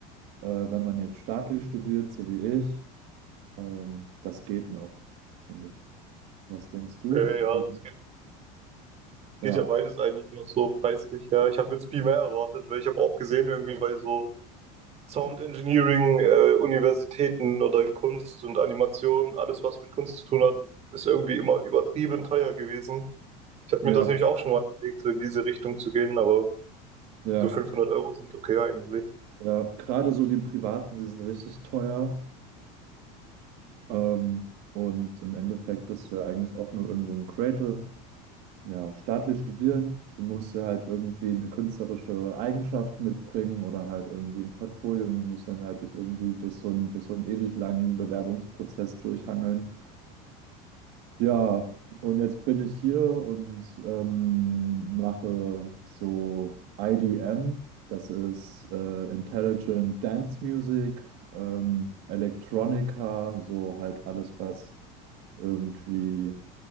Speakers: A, on the right (about 65°); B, on the right (about 35°).
A: äh, wenn man jetzt staatlich studiert, so wie ich, ähm, das geht noch, finde ich. Was denkst du?
B: Okay, ja,
A: Wie?
B: das geht, geht
A: Ja,
B: ja beides eigentlich noch so preislich. Ja, ich habe jetzt viel mehr erwartet, weil ich habe auch gesehen, irgendwie bei so Sound Engineering, äh, Universitäten oder Kunst und Animation, alles was mit Kunst zu tun hat, ist irgendwie immer übertrieben teuer gewesen. Ich hatte
A: ja,
B: mir das nämlich auch schon mal überlegt, so in diese Richtung zu gehen, aber
A: ja,
B: so 500 Euro sind okay eigentlich.
A: ja. Gerade so die privaten, die sind richtig teuer. Ähm, und im Endeffekt bist du ja eigentlich auch nur irgendwo ein Creative. ja, staatlich studieren. Du musst ja halt irgendwie eine künstlerische Eigenschaft mitbringen oder halt irgendwie ein Portfolio und musst dann halt dich irgendwie durch so einen, durch so einen ewig langen Bewerbungsprozess durchhangeln. Ja, und jetzt bin ich hier und ähm, mache so IDM. Das ist äh, Intelligent Dance Music, ähm, Electronica, so halt alles, was irgendwie